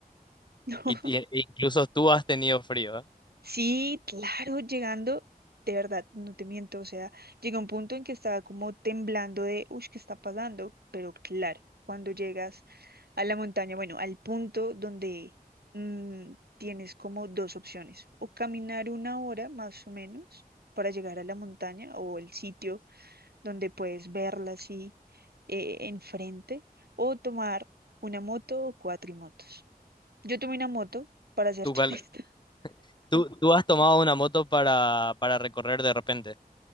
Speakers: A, on the right (about 80°); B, on the left (about 30°).
A: <laughs> No,
B: Y, y- e incluso tú has tenido frío, ¿eh?
A: Sí, claro, llegando, de verdad, no te miento, o sea, llega un punto en que estaba como temblando de, uy, ¿qué está pasando? Pero claro, cuando llegas a la montaña, bueno, al punto donde mm, tienes como dos opciones, o caminar una hora más o menos para llegar a la montaña o el sitio donde puedes verla así eh, enfrente, o tomar una moto o cuatrimotos. Yo tomé una moto, para serte
B: Tú, cuál-
A: <laughs> honesta.
B: tú, tú has tomado una moto para, para recorrer de repente.